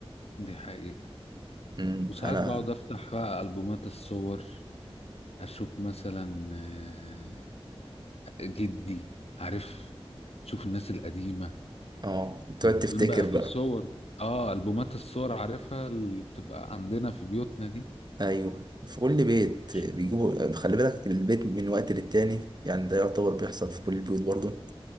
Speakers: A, on the left; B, on the right.
A: دي حقيقة
B: مم.
A: وساعات
B: انا
A: بقعد افتح بقى ألبومات الصور اشوف مثلا آه، جدي عارف تشوف الناس القديمة
B: اه
A: كان
B: تقعد تفتكر
A: زمان بقى في
B: بقى
A: صور اه ألبومات الصور عارفها اللي بتبقى عندنا في بيوتنا دي
B: ايوه في كل بيت
A: بتش-
B: بيجيبوا خلي بالك البيت من وقت للتاني يعني ده يعتبر بيحصل في كل البيوت برضه